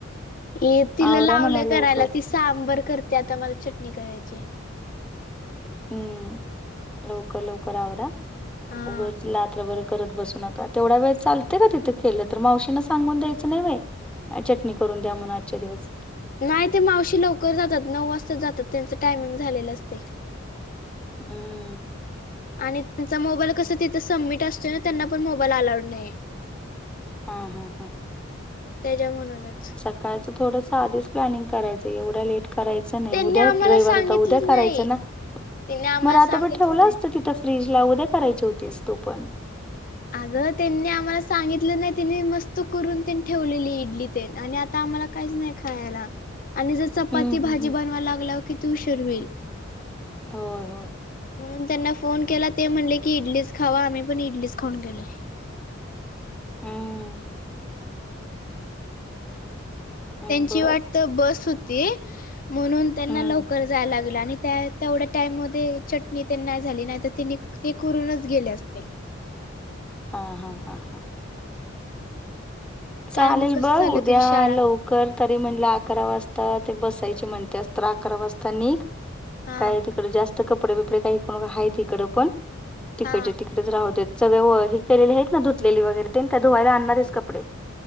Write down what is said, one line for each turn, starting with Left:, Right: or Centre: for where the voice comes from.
Left: ये तिला
Centre: आवरा
Left: लावलंय
Centre: म्हणाव लवकर
Left: करायला ती सांबर करते आता मला चटणी करायची
Centre: हम्म लवकर लवकर आवरा,
Left: हा
Centre: उगच रात्रभर करत बसू नका. तेवढ्या वेळ चालतय का तिथे केलं तर? मावशीना सांगून द्यायचं नाही व्हय चटणी करून द्या म्हणून आजच्या दिवस
Left: नाही ते मावशी लवकर जातात, नऊ वाजता जातात, त्यांचं टायमिंग झालेलं असतय
Centre: हम्म
Left: आणि त्यांचा मोबाईल कसं तिथं सबमिट असतोय ना, त्यांना पण मोबाईल अलाउड नाहीय
Centre: हा हा हा
Left: तेज्या म्हणूनच
Centre: सकाळचं थोडंस आधीच प्लॅनिंग करायचं. एवढा लेट करायचं नाही.
Left: त्यांनी
Centre: उद्या
Left: आम्हाला
Centre: रविवार
Left: सांगितलंच
Centre: होता उद्या करायचं
Left: नाही
Centre: ना?
Left: त्यांनी आम्हाला
Centre: म रातबर
Left: सांगितलंच
Centre: ठेवलं
Left: नाही.
Centre: असतं तिथं? फ्रीजला, उद्या करायची होतीस तू पण.
Left: अगं तेनी आम्हाला सांगितलं नाही, तेनी मस्त करून तेन ठेवलेली इडली तेन आणि आत त्ता आम्हाला काहीच नाही खायला आणि जर चपाती
Centre: हं, हं,
Left: भाजी
Centre: हं.
Left: बनवा लागल्याव कीती उशीर होईल.
Centre: होय होय
Left: म्हणून त्यांना फोन केला ते म्हणले की, इडलीच खावा आम्ही पण इडलीच खाऊन गेलोय
Centre: हम्म हं.
Left: तेंची
Centre: बरं.
Left: वाटत बस होती म्हणून त्यांना
Centre: हं.
Left: लवकर जाय लागलं आणि त्यात तेवढ्या टाईममध्ये चटणी तेन नाही झाली नाही तर तेंनी ते करूनच गेले असते.
Centre: हा हा हा हा चालेल
Left: काय मग कसं
Centre: बघ
Left: चालू
Centre: उद्या
Left: तुझी शाळा?
Centre: लव कर तरी म्हणलं, अकरा वाजता ते बसायची म्हणत्यास तर अकरा वाजता निघ.
Left: हा
Centre: काय तिकड जास्त कपडे बिपडे काय हे करू नको हायत इकड पण तिकडचे
Left: हा
Centre: तिकड डच राहूदेत, सगळे हे केलेले आहेत ना धुतलेली वगैरे तेन? का धुवायला आणणार आहेस कपडे?